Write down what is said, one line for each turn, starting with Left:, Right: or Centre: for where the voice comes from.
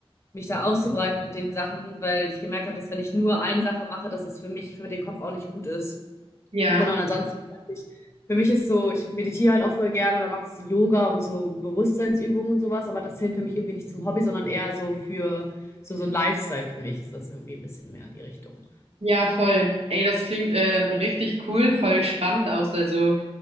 Left: mich da auszubreiten mit den Sachen, weil ich gemerkt habe, dass wenn ich nur eine Sache mache, dass das für mich, für den Kopf auch nicht gut ist.
Right: Ja.
Left: Genau, und ansonsten, weiß ich, für mich ist so, ich meditiere halt auch voll gerne oder mache so Yoga und so Bewusstseinsübungen und sowas, aber das zählt für mich irgendwie nicht zum Hobby, sondern eher so für so, so ein Lifestyle für mich ist das irgendwie ein bisschen mehr in die Richtung.
Right: Ja, voll. Ey, das klingt äh, richtig cool, voll spannend auch so, also